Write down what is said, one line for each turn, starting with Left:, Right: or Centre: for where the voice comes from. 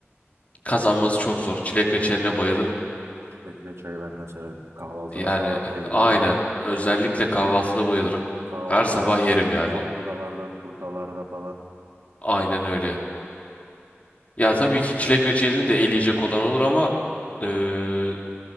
Left: kazanması çok zor. Çilek reçeline bayılırım.
Right: Çilek reçeli ben de severim. Kahvaltıda
Left: Yani
Right: falan da yeniyor.
Left: aynen. Özellikle kahvaltıda bayılırım.
Right: Kahvaltıda
Left: Her sabah
Right: t-
Left: yerim yani.
Right: tatlıdalarda, turtalarda falan.
Left: Aynen öyle. Ya tabii ki çilek reçelini de eleyecek olan olur ama eee,